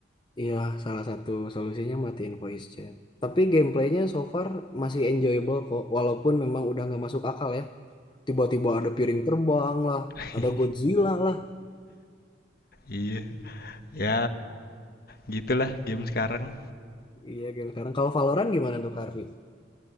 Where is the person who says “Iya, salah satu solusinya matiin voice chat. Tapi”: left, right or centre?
Left